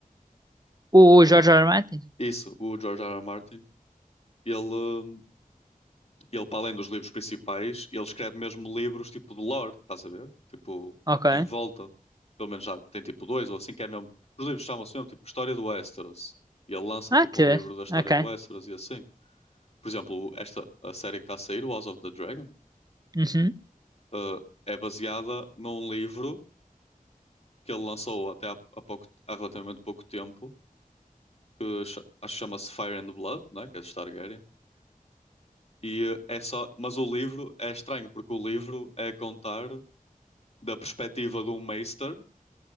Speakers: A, on the right; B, on the left.
A: O
B: Uh,
A: George R. R. Martin?
B: isso, o George R. R. Martin. Ele, um, ele, para além dos livros principais, ele escreve mesmo livros tipo de lore, estás a ver? Tipo,
A: Ok.
B: em volta. Pelo menos já tem tipo dois ou assim, que é mesmo. Os livros chamam-se mesmo tipo História do Westeros. E ele lança
A: Ok.
B: tipo um livro da história
A: Ok.
B: do Westeros e assim. Por exemplo, esta a série que está a sair, o House of the Dragon,
A: Uhum.
B: uh, é baseada num livro que ele lançou até há, há pouco, há relativamente pouco tempo que cha- acho que chama-se Fire and Blood, né? Que é de Targaryen. E eh, é só, mas o livro é estranho porque o livro é contar da perspectiva de um Meister